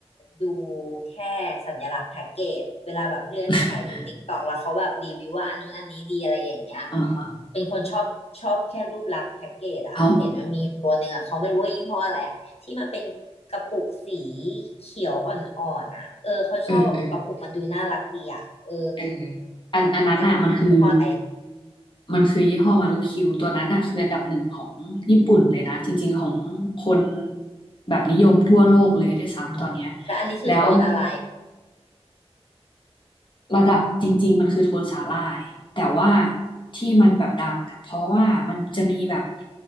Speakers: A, on the left; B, on the left.
A: ดูแค่สัญลักษณ์แพ็กเกจเวลาแบบเลื่อนถ่ายดูติ๊กตอกแล้วเขาแบบรีวิวว่าอันนู้นอันนี้ดีอะไรอย่างเงี้ย
B: <laughs> อ่าอ่า
A: เป็นคนชอบชอบแค่รูปลักษณ์แพ็กเกจอ่ะเห็นมันมีตัวหนึ่งอ่ะเขาไม่รู้ว่ายี่ห้ออะไรอ่ะที่มันเป็นกระปุกสี
B: เอา
A: เขียวอ่อนๆอ่ะเออเขาชอบแบบกระปุกมันดูน่ารักดีอ่ะเออ
B: เออเออเอออันอันนั้นอ่ะมันคือ
A: อันนั้นคือยี่ห้ออะไร
B: มันคือยี่ห้อมารุคิวตัวนั้นอ่ะคืออันดับหนึ่งของญี่ปุ่นเลยนะจริงๆของคนแบบนิยมทั่วโลกเลยด้วยซ้ำตอนเนี้ย
A: อืมแต่อันนี้คือโทนอะไร
B: แล้วระดับจริงๆมันคือโทนสาหร่ายแต่ว่าที่มันแบบดังอ่ะเพราะว่ามันจะมีแบบ